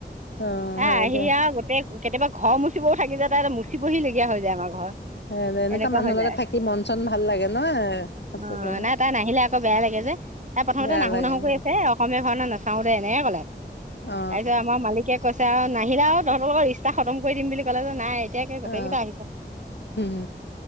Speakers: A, on the left (about 80°); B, on the right (about 45°).
A: অ
B: এ
A: হয়
B: আহি
A: দে
B: আ গোটেই কেতিয়াবা ঘৰ মুচিবও থাকি যায় তে চি বহি লগগীয়া হৈ যায় আমাৰ ঘৰ
A: হয় দে
B: এনেকুৱা
A: মানুহৰ
B: হৈ
A: লগত
B: যায়
A: থাকি মন চন ভাল লাগে ন সঁচাকে
B: অ নাই তাই নাহিলে আকৌ বেয়া লাগে যে প্ৰথমতে
A: বেয়া
B: নাহো-নাহো
A: লাগে উম
B: কৰি আছে অসমীয়া ভাওনা নাচাও দে এনেকে কলে
A: অ
B: তাৰপিছত আমাৰ মালিকে কৈছে আৰু নাহিলে আৰু তহঁতৰ লগত <unintelligible> খতম কৰি দিম বুলি ক'লে যে নাই এতিয়াকে গোটেই
A: অ
B: কেইটা আহিছে
A: উম